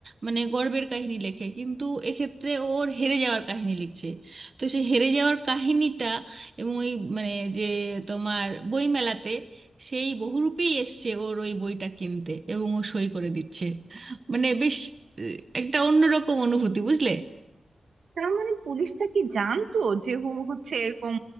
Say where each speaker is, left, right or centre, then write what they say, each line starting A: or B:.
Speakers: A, on the right (about 40°); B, on the right (about 80°).
A: মানে গর্বের কাহিনী লেখে কিন্তু এক্ষেত্রে ওর হেরে যাওয়ার কাহিনী লিখছে তো সেই হেরে যাওয়ার কাহিনীটা এবং ওই মানে যে তোমার বইমেলাতে সেই বহুরূপেই এসছে ওর ওই বইটা কিনতে এবং ও সই করে দিচ্ছে মানে বেশ আহ, একটা অন্যরকম অনুভূতি বুঝলে
B: তার মানে পুলিশটা কি জানতো যে ও হচ্ছে এরকম